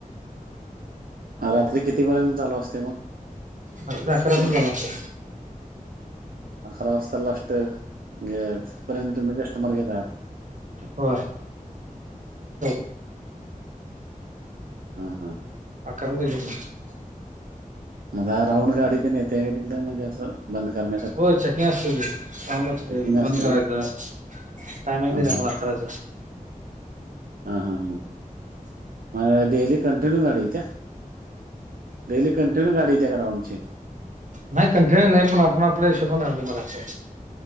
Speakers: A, on the right; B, on the right.
A: रात्री कितीपर्यंत चालू असते मग.
B: मक् जकरा पण जाण्या असं.
A: अकरा वाजता लास्ट घ तथपर्यंत तुम्ही कस्टमर घेहात.
B: हो आ. <unintelligible>
A: हा हा.
B: अक <unintelligible>
A: मला राऊंड गाडी येते का तिकडे म्हणजे असं बंद करण्यासाठी?
B: होय चके असत्या <unintelligible>
A: चेकिंग
B: बंद
A: असते?
B: करायचं. टायमिंग
A: हां,
B: दिलंय
A: हां.
B: मला अकराचं.
A: हा हा हां, मला डेली कंटिन्यू गाडी येत्या. डेली कंटिन्यू गाडी येत्या राऊंडची.
B: नाही कंटिन्यू नाही पण आपण आपल्या हिशोबान राहिल बराच.